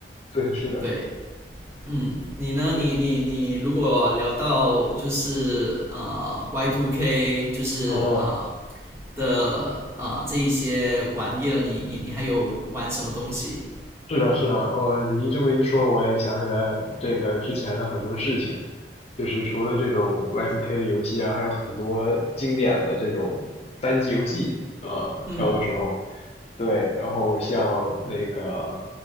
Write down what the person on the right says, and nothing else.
对，嗯，你呢？你你你，
如果聊到就是呃 Y t K，就是呃
的呃这一些玩意儿，你你你还有玩什么东西？
嗯